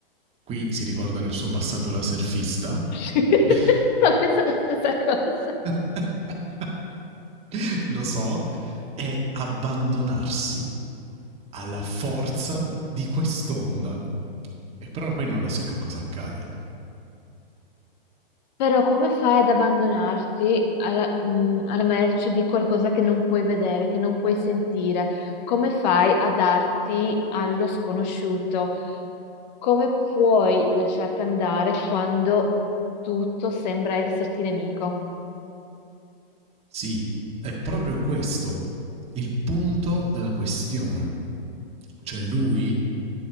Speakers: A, on the right; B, on the left.
A: qui si ricorda del suo passato da surfista,
B: <laughs> Sto
A: <laughs>
B: pensando la stessa cosa.
A: <laughs> lo so, è abbandonarsi alla forza di quest'onda. E però poi non lo so che cosa accade.
B: Però come fai ad abbandonarti alla, mh, alla merce di qualcosa che non puoi vedere, che non puoi sentire? Come fai a darti allo sconosciuto? Come puoi lasciarti andare quando tutto sembra esserti nemico?
A: Sì, è proprio questo il punto della questione. Cioè lui